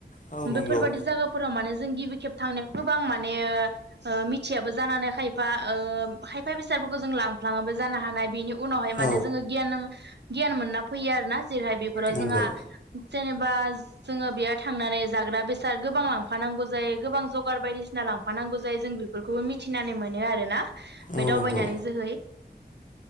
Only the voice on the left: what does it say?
औ नंगौ
औ
नंगौ
औ
नंगौ